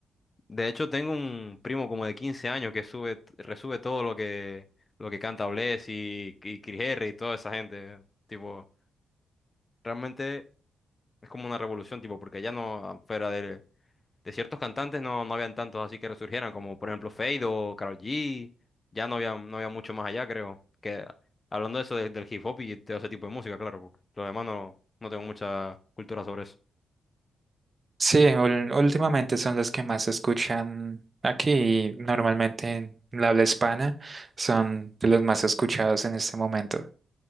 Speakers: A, on the left; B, on the right.
A: de hecho, tengo un primo como de 15 años que sube, resube todo lo que, lo que canta Bless y, y Cris R y toda esa gente. Tipo, realmente. Es como una revolución, tipo, porque ya no, fuera de, de ciertos cantantes, no, no habían tantos así que resurgieran, como por ejemplo Fade o Karol G. Ya no había, no había mucho más allá, creo. Que hablando de eso de- del hip hop y todo ese tipo de música, claro, porque lo demás no, no tengo mucha cultura sobre eso.
B: Sí, ul- últimamente son los que más se escuchan aquí y normalmente en la habla hispana son de los más escuchados en este momento.